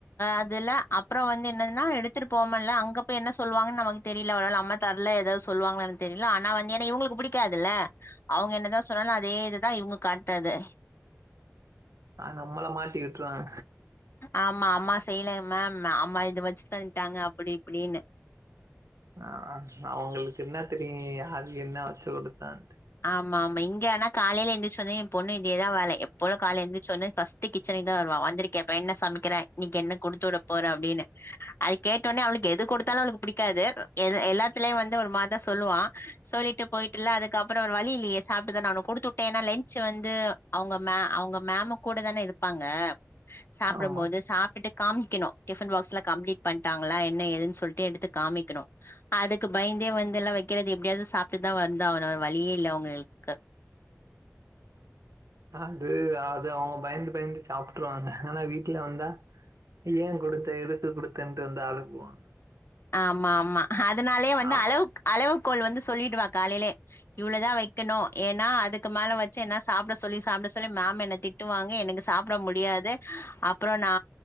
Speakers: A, on the left; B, on the right.
A: அதுல அப்ற வந் என்னதுன்னா எடுத்துட்டு போக முடிலனா அங்க போய் என்ன சொல்லுவாங்கனு நமக்கு தெரியல அம்மா தரல ஏதாவது சொல்லுவாங்கலானு தெரில நா வந்தன்னா இவங்களுக்கு புடிக்காதுல்ல அவங்க என்னதா சொன்னாலு அதே இதுதா இவங்க காட்டுறது
B: ஆ நம்மல்லா மாட்டி விட்ருவாங்க
A: ஆமா அம்மா செய்யல மேம் அம்மா இது வச்சு தந்ட்டாங்க அப்டி இப்டின்னு
B: ஆ ஓகே அவங்களுக்கு என்ன தெரியு யாரு என்ன வச்சு கொடுத்தான்ட்டு
A: ஆமா ஆமா இங்க ஆனா காலைய எழுந்திருச்ச உடனே என் பொண்ணு இதே தா வேலை எப்பொழுது காலைல எழுந்தச்ச உடனே ஃபர்ஸ்ட் கிச்சனுக்கு தான் வருவா வந்திருக்கே இப்ப என்ன சமைக்கிற இன்னைக்கு என்ன கொடுத்து விட போற அப்டின்னு அது கேட்டவுனே அவளுக்கு எது கொடுத்தாலு அவளுக்கு புடிக்காது எல்லாத்திலயு வந்து ஒரு மாரிதா சொல்லுவா சொல்லிட்டு போயிட்டுல்ல அது அப்பற வழி இல்லயே சாப்ட்டுத ஆவணு கொடுத்துட்டே ஏன்னா லன்ச் வந்து அவங்க மே அவங்க மேம் கூட தானே இருப் பாங்க சாப்டும்போது
B: ஆமா
A: சாப்ட்டுட்டு காமிக்கணு டிபன் பாக்ஸ்லா கம்ளீட் பண்ணிட்டாங்களா என்ன ஏதுன்னு சொல்லிட்டு எடுத்து காமிக்கணு அதுக்கு பயந்து வெளிய வந்து எல்லா வைக்கிறது எப்டியாவது சாப்ட்டுதா வந்த ஆவனு வழியே இல்ல அவங்களுக்கு
B: அது அது அவங்க பயந்து பயந்து சாப்ட்டுருவாங்க ஆனா வீட்ல வந்தா ஏன் கொடுத்த எதுக்கு கொடுத்தேன்ட்டு வந்து அழுகுவாங்க
A: ஆமா ஆமா அதனாலே வந்து
B: ஆ
A: அளவுக் அளவுக் கோல் வந்து சொல்லிடுவா காலையிலே இவ்ளதா வைக்கணு ஏன்னா அதுக்கு மேல வச்சுன சாப்ட சொல்லி சாப்ட சொல்லி மேம் என் திட்டுவாங்க எனக்கு சாப்ட முடியாது அப்புற நா